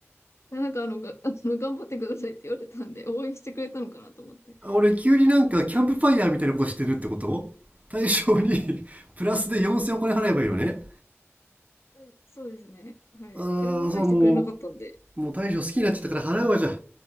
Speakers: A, on the left; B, on the right.
A: なんかあの、が、<laughs> あの、頑張ってくださいって言われたんで、応援してくれたのかなと思って。
B: あ俺急になんかキャンプファイヤーみたいなことしてるってこと大将に <laughs> プラスで4000円お金払えばいいよね
A: うんそうですね。はい。
B: ああ、
A: ひらめ返してくれなかったんで。
B: そうもう、もう大将好きになっちゃったから払うわじゃあ。